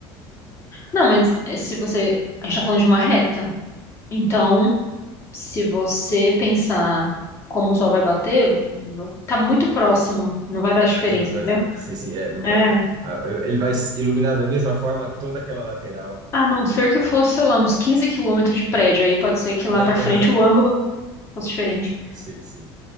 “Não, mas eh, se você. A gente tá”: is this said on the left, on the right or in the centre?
Left